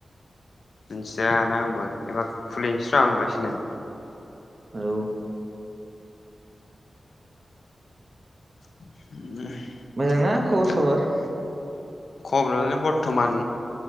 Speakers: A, on the left (about 75°); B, on the right (about 50°).
A: मिथियाना आंबो एबा खुलिनोसै र आंबो चेनेल।
B: औ।
A: <inaudible>
B: मोजां ना खबर
A: दा
B: सबर।
A: खबरालाय बरथमान